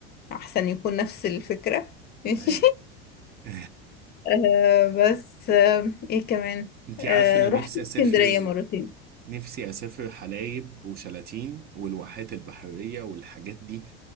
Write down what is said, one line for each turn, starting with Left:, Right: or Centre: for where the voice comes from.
Left: احسن يكون نفس الفكرة <laughs> ماشي
Right: اي <laughs>
Left: آه بس آه ايه كمان
Right: انت
Left: آه
Right: عارفه انا
Left: رحت
Right: نفسي
Left: اسكندرية
Right: اسافر
Left: مرتين
Right: نفسي اسافر حلايب وشلاتين والواحات البحريه والحاجات دي